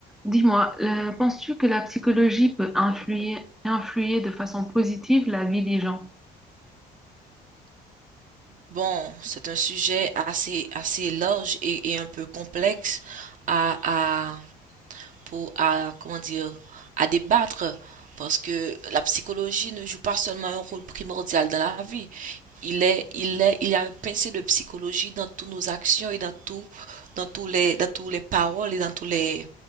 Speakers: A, in the centre; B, on the right.
A: Dis-moi, euh, penses-tu que la psychologie peut influer, influer de façon positive la vie des gens?
B: Bon, c'est un sujet assez, assez large et, et un peu complexe à, à, pour, à, comment dire, à débattre parce que la psychologie ne joue pas seulement un rôle primordial dans la vie. Il est, il est, il y a un pincé de psychologie dans toutes nos actions et dans tout, dans tous les, dans tous les paroles et dans tous les,